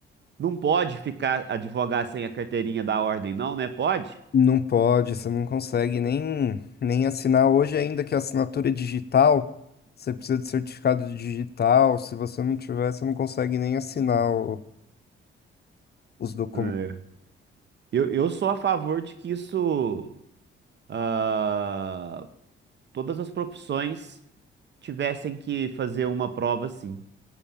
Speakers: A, on the right; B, on the left.
A: Não pode ficar advogar sem a carteirinha da ordem, não, né? Pode?
B: Não pode, você não consegue nem, nem assinar. Hoje, ainda que a assinatura é digital, você precisa de certificado digital. Se você não tiver, você não consegue nem assinar o- os documentos.
A: É. Eu, eu sou a favor de que isso ah, todas as profissões tivessem que fazer uma prova assim,